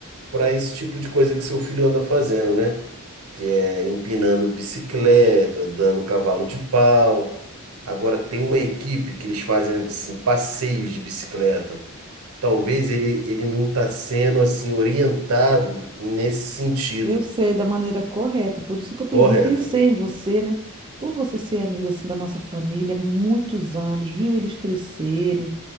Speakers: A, on the right (about 75°); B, on the right (about 20°).
A: para esse tipo de coisa que seu filho anda fazendo, né? Que é empinando bicicleta, dando cavalo de pau. Agora tem uma equipe que eles fazem assim passeios de bicicleta. Talvez ele, ele não está sendo assim orientado nesse sentido,
B: eu sei, da maneira correta. Por isso que eu peguei,
A: correto?
B: e pensei em você, né? Por você ser amigo, assim, da nossa família, há muitos anos, viu eles crescerem.